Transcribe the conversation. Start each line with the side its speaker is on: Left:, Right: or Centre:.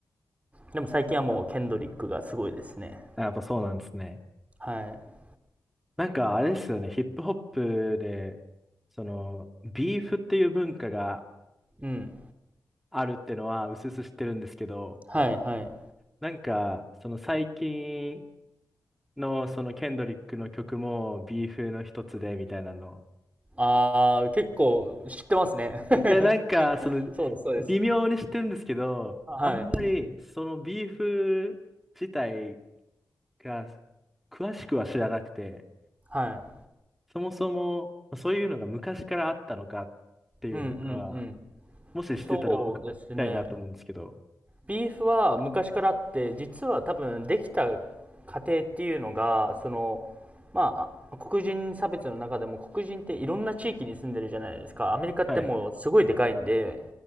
Right: でも最近はもう、ケンドリックがすごいですね。
Centre: あやっぱそうなんですね。
Right: はい。
Centre: なんかあれですよね、ヒップホップで、その、ビーフっていう文化が
Right: うん。
Centre: あるってのは、うすうす知ってるんですけど、
Right: はい、はい。
Centre: なんか、その最近の、そのケンドリックの曲も、ビーフの一つで、みたいなの。
Right: あー、結構知ってますね。
Centre: いや、なんか、
Right: <laughs>
Centre: その、
Right: そうです、そうです。
Centre: 微妙に知ってるんですけど、
Right: はい。
Centre: あんまり、そのビーフ自体が、詳しくは知らなくて、
Right: はい。
Centre: そもそも、そういうのが昔からあったのかっていうのが、
Right: うん、うん、うん。
Centre: もししてたら僕聞きたいなと思うんですけど。
Right: そうですね。ビーフは昔からあって、実は多分できた過程っていうのが、その、まあ、あ黒人差別の中でも黒人っていろんな地域に住んでるじゃないですか。アメリカってもうすごいでかいんで、
Centre: はい。